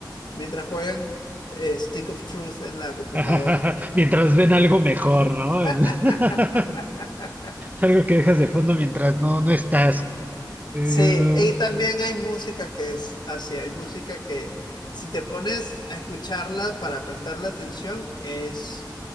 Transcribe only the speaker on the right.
<laughs> Mientras ven algo mejor, ¿no?
<laughs> Algo que dejas de fondo mientras no, no estás. Em,